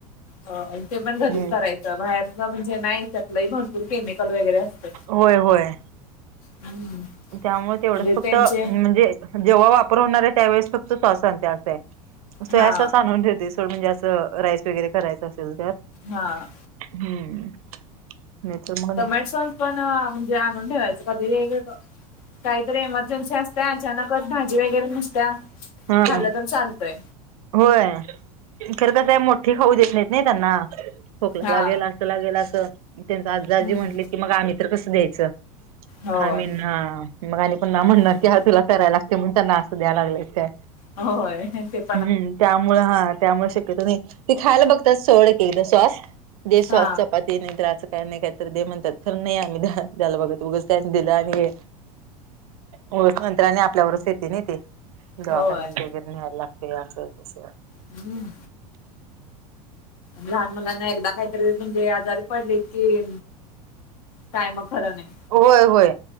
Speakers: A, on the left; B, on the right.
A: हो ते पण घरीच
B: हम्म
A: करायचं बाहेरचं म्हणजे नाही त्यातलं भरपूर केमिकल वगैरे असत.
B: होय होय.
A: हम्म.
B: त्यामुळ तेवढंच
A: म्हणजे
B: फक्त
A: त्यांचे
B: म्हणजे जेव्हा वापर होणार आहे त्यावेळेस फक्त सॉसांचा अस आहे सोया
A: हा
B: सॉस आणून ठेवतेस सोड म्हणजे असं राईस वगैरे करायचं असेल तर.
A: हा.
B: हम्म. नाही तर मग
A: टमॅटसॉस पण म्हणजे आणून ठेवायचं कधी वेगळ काहीतरी एमर्जन्सी असते अचानकच भाजी वगैरे नुसत्या
B: नाही
A: खाल
B: हा
A: पण चालतोय
B: होय खरं कसय मोठी खाऊ देत नाहीत नाही त्यांना खोकला
A: हा
B: लागेला. तला गेला अस त्यांचा आजा आज्जी
A: हम्म
B: म्हटलीत की मग आम्ही तर कसं द्यायचं.
A: होय.
B: हा मी नं मग आणि पुन्हा म्हणणार
A: हम्म
B: की हा तुला करायला ते म्हण त्यांना असं द्या लागलेस काय?
A: हो होय ते प
B: हम्म त्यामुळं हं त्यामुळं शक्यतो नाही. ते खायला बघतात सोड एक एकदा सॉस दे
A: हा
B: सॉस चपा ते नाही तर आचं काय नाही काहीतरी दे म्हणतात. खरं नाही आम्ही द हा द्याला बघत उगच त्यास दिलं आणि हे होय खंतर आणि आपल्यावरच येते नाही ते. दवाखान्यात
A: होय.
B: दोघे न्यायला लागते आस तस.
A: हम्म. लहान मुलांना एकदा काहीतरी म्हणजे आजारी पडलेत कि काय मग खरं नाही.
B: होय होय